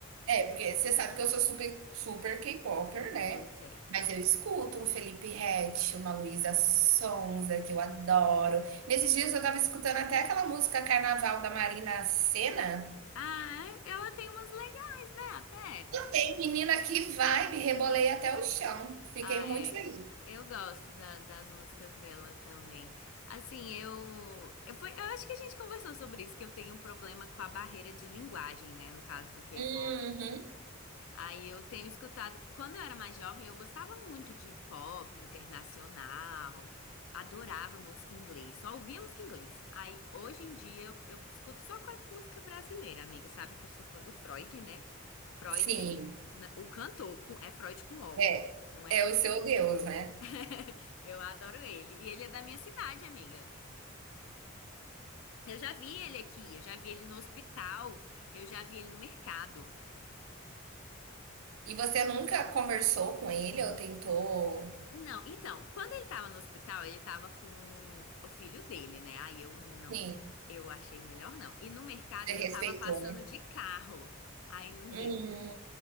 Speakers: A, on the right; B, on the left.
A: É, porque você sabe que eu sou super super K-popper, né,
B: Pois é.
A: mas eu escuto um Felipe Ret, uma Luísa Sonza, que eu adoro. Nesses dias eu tava escutando até aquela música Carnaval da Marina Sena.
B: Ah, ela tem umas legais, né? Até.
A: Ei, menina, que vibe, rebolei até o chão. Fiquei
B: Ah,
A: muito
B: é.
A: feliz.
B: Eu gosto da- das músicas dela também. Assim, eu, eu foi, eu acho que a gente conversou sobre isso, que eu tenho um problema com a barreira de linguagem, né, no caso do K-pop.
A: Uhum.
B: Aí eu tenho escutado, quando eu era mais jovem, eu gostava muito de pop internacional, adorava música em inglês, só ouvia música em inglês. Aí hoje em dia eu, eu escuto só quase música brasileira, amiga, sabe que eu sou fã do Freud, né? Freud,
A: Sim,
B: na- o cantor, com- é Freud com O.
A: é,
B: Não é
A: é o seu Deus, né.
B: <laughs> Eu adoro ele. E ele é da minha cidade, amiga. Eu já vi ele aqui, eu já vi ele no hospital, eu já vi ele no mercado.
A: E você nunca conversou com ele ou tentou
B: Não, então, quando ele tava no hospital, ele tava com o filho dele, né? Aí eu não,
A: sim,
B: eu achei melhor não. E no mercado
A: você respeitou,
B: eu tava passando
A: né?
B: de carro. Aí não
A: Hum.
B: deu.